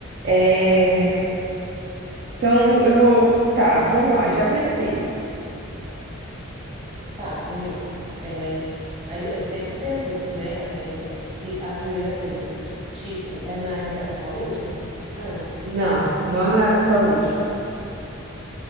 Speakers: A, on the right; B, on the right.
A: é...
B: Aham.
A: então eu vou, tá, vamos lá, já pensei.
B: Tá, beleza. É, aí eu sempre pergunto, né? é, se a primeira coisa, tipo, é na área da saúde, essa profissão?
A: Não, não é na área de saúde.